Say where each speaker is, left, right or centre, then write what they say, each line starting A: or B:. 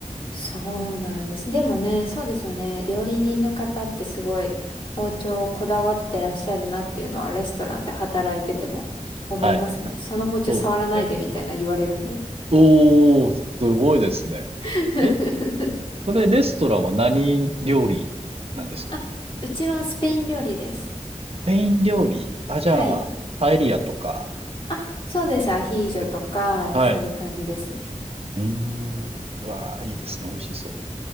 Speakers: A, on the left (about 45°); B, on the right (about 50°).
A: そうなんです。でもね、そうですよね。料理人の方ってすごい包丁をこだわってらっしゃるなっていうのはレストランで働いてても思いますね。
B: はい。はい。
A: その包丁触らないでみたいな言われるんで。
B: そうですね。おー、すごいですね。
A: <laughs>
B: え、それレストランは何料理なんですか
A: あ、うちはスペイン料理です。
B: スペイン料理あ、じゃあ、
A: はい。
B: パエリアとか
A: あ、そうです。アヒージョとか、
B: ってこと。はい。
A: そういう感じですね。
B: うーん。うわー、いいですね。美味しそ